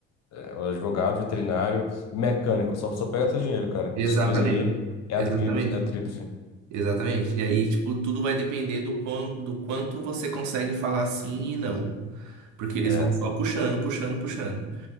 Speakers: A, on the left; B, on the right.
A: É, o advogado, veterinário, mecânico, só, só pega teu dinheiro, cara.
B: exatamente,
A: Esses três aí é
B: exatamente,
A: a tríplice, é a tríplice.
B: exatamente. E aí, tipo, tudo vai depender do quão, do quanto você consegue falar sim e não. Porque eles
A: É,
B: vão só puxando, puxando, puxando.